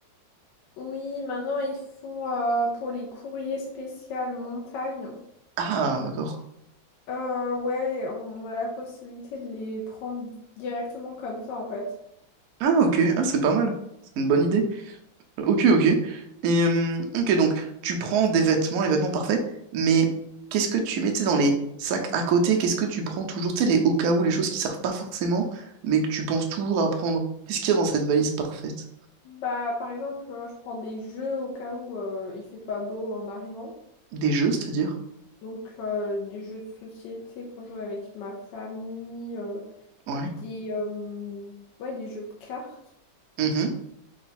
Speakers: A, on the left (about 70°); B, on the right (about 70°).
A: Oui, maintenant, ils font euh, pour les courriers spéciaux montagne.
B: Ah, d'accord.
A: Euh, ouais, on a la possibilité de les prendre directement comme ça, en fait.
B: Ah, ok, ah, c'est pas mal. C'est une bonne idée. Ok, ok. Et, euh, ok, donc, tu prends des vêtements, les vêtements parfaits, mais qu'est-ce que tu mets, tu sais, dans les sacs à côté? Qu'est-ce que tu prends toujours, tu sais, les au cas où, les choses qui servent pas forcément, mais que tu penses toujours à prendre? Qu'est-ce qu'il y a dans cette valise parfaite?
A: Bah, par exemple, euh, je prends des jeux au cas où euh, il fait pas beau en arrivant.
B: Des jeux, c'est-à-dire?
A: Donc, euh, des jeux de société pour jouer avec ma famille, euh,
B: Ouais.
A: des, euh, ouais, des jeux de cartes.
B: Mhm.